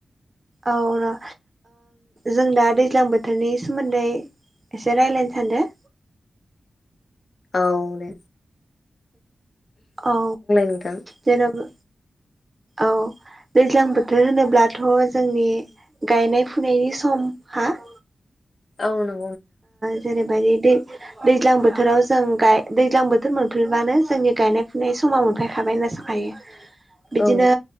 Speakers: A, on the right; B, on the left.
A: औ र' जों दा दैज्लां बोथोरनि सोमोन्दै एसे रायज्लायनो थां दे
B: औ द
A: औ
B: नोंथां
A: जेनेबा औ। दैज्लां बोथोर होनोब्लाथ' जोंनि गायनाय फुनायनि समहा <unintelligible>
B: आनो
A: जेरैबायदि दै दैज्लां बोथोराव जों गाय दैज्लां बोथोर मोनफैब्लानो जोंनि गायनाय फुनाय समाव मोनफैखाबाय होनना सोखायो। बिदिनो
B: औ